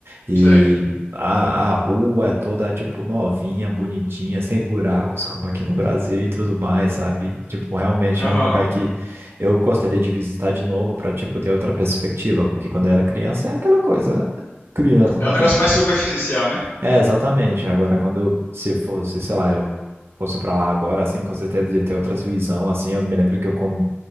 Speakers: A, on the right; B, on the left.
A: E
B: sei.
A: a, a rua é toda, tipo, novinha, bonitinha, sem buracos, como aqui no Brasil e tudo mais, sabe? Tipo, realmente
B: Aham.
A: é um lugar que eu gostaria de visitar de novo para, tipo, ter outra perspectiva, porque quando eu era criança é aquela coisa, né? criança,
B: É
A: não
B: um negócio
A: tem.
B: mais superficial, né?
A: É, é, exatamente. Agora, quando se fosse, sei lá, eu fosse pra lá agora, assim, com certeza de ter outras visão, assim, eu me lembro que eu, com...